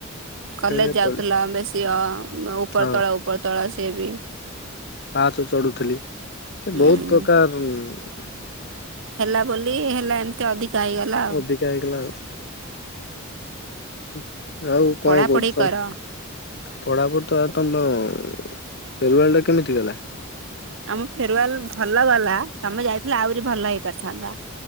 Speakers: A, on the right; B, on the left.
A: କଲେଜ
B: ଖେଳିବାକୁ
A: ଯାଉଥିଲା
B: ପଳେଇଲି
A: ବେଶୀ ଅ ଉପର
B: ହଁ
A: ତଳ ଉପର ତଳ ସିଏ ବି
B: ପାଚ ଚଢୁଥିଲି ସେ
A: ହୁଁ
B: ବହୁତ ପ୍ରକାର ଉ
A: ହେଲା ବୋଲି ହେଲା ଏମତି ଅଧିକା ହେଇଗଲା ଆଉ।
B: ଅଧିକା ହେଇଗଲା ଆଉ <inaudible> ଆଉ
A: ପଢାପଢି
B: କଣ କହୁଛୁ ସ
A: କର
B: ପଢାପଢି ତ ଆ ତମ ଫେରୁୱଳ ଟା କେମିତି ଗଲା।
A: ଆମ ଫେରୱାଲ ଭଲ ଗଲା ତମେ ଯାଇଥିଲ ଆହୁରି ଭଲ ହେଇ ପାରିଥାନ୍ତା।